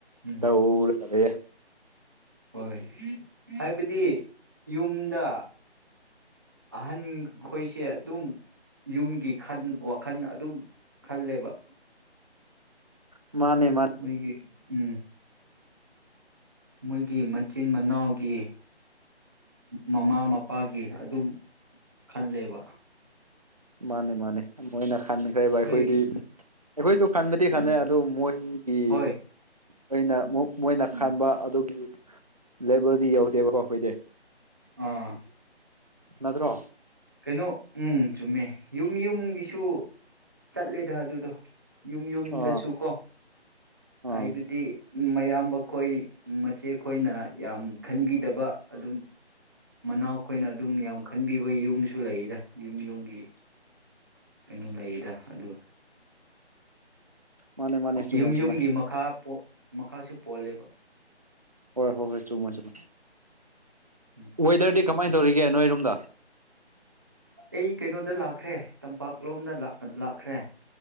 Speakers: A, on the right (about 20°); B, on the right (about 35°).
A: ꯎꯝ
B: ꯇꯧꯔꯒ ꯂꯩꯌꯦ
A: ꯍꯣꯏ ꯍꯥꯏꯕꯗꯤ ꯌꯨꯝꯗ ꯑꯍꯟ ꯈꯣꯏꯁꯦ ꯑꯗꯨꯝ ꯌꯨꯝꯒꯤ ꯋꯥꯈꯜ ꯑꯗꯨꯝ ꯈꯜꯂꯦꯕ
B: ꯃꯥꯅꯦ ꯃꯥꯅꯦ
A: ꯃꯣꯏꯒꯤ ꯎꯝ ꯃꯣꯏꯒꯤ ꯃꯆꯤꯟ ꯃꯅꯥꯎꯒꯤ ꯃꯃꯥ ꯃꯄꯥꯒꯤ ꯑꯗꯨꯝ ꯈꯜꯂꯦꯕ
B: ꯃꯥꯅꯦ ꯃꯥꯅꯦ ꯃꯣꯏꯅ ꯈꯟꯈ꯭ꯔꯦꯕ
A: ꯍꯣꯏ
B: ꯑꯩꯈꯣꯏꯗꯤ ꯑꯩꯈꯣꯏꯁꯨ ꯈꯟꯕꯗꯤ
A: ꯎꯝ
B: ꯈꯜꯂꯦ ꯑꯗꯨ ꯃꯣꯏꯒꯤ
A: ꯍꯣꯏ
B: ꯃꯣꯏꯅ ꯑꯃꯨꯛ ꯃꯣꯏꯅ
A: ꯎꯝ
B: ꯈꯥꯟꯕ ꯑꯗꯨꯒꯤ ꯂꯦꯕꯦꯜꯗꯤ ꯌꯧꯗꯦꯕꯀꯣ ꯑꯩꯈꯣꯏꯗꯤ
A: ꯑꯥ
B: ꯅꯠꯇ꯭ꯔꯣ
A: ꯀꯩꯅꯣ ꯎꯝ ꯆꯨꯝꯃꯦ ꯌꯨꯝ ꯌꯨꯝꯒꯤꯁꯨ ꯆꯠꯂꯦꯗ ꯑꯗꯨꯗꯣ ꯌꯨꯝ ꯌꯨꯝꯗꯁꯨ
B: ꯑꯥ
A: ꯀꯣ
B: ꯑꯥ
A: ꯍꯥꯏꯕꯗꯤ ꯃꯌꯥꯝꯕ ꯈꯣꯏ ꯃꯆꯦ ꯑꯩꯈꯣꯏꯅ ꯌꯥꯝ ꯈꯟꯕꯤꯗꯕ ꯑꯗꯨꯝ ꯃꯅꯥꯎ ꯑꯩꯈꯣꯏꯅ ꯑꯗꯨꯝ ꯌꯥꯝ ꯈꯟꯕꯤꯕ ꯌꯨꯝ__ ꯑꯗꯨꯨ ꯂꯩꯔꯤꯗ ꯌꯨꯝ ꯌꯨꯝꯒꯤ ꯀꯩꯅꯣ ꯂꯩꯔꯤꯗ ꯑꯗꯨ
B: ꯃꯥꯅꯦ ꯃꯥꯅꯦ ꯆꯨꯝꯃꯦ
A: ꯌꯨꯝ
B: ꯆꯨꯝꯃꯦ
A: ꯌꯨꯝꯒꯤ ꯃꯈꯥ ꯃꯈꯥꯁꯨ ꯄꯣꯜꯂꯦꯕ
B: ꯍꯣꯏ ꯍꯣꯏ ꯍꯣꯏ ꯆꯨꯝꯃꯣ ꯆꯨꯝꯃꯣꯏ
A: ꯎꯝ
B: ꯋꯦꯗꯔꯗꯤ ꯀꯃꯥꯏꯅ ꯇꯧꯔꯤꯒꯦ ꯅꯣꯏꯔꯣꯝꯗ
A: ꯑꯩ ꯀꯩꯅꯣꯗ ꯂꯥꯛꯈ꯭ꯔꯦ ꯇꯝꯄꯥꯛꯂꯣꯝꯗ ꯂꯥꯛꯈ꯭ꯔꯦ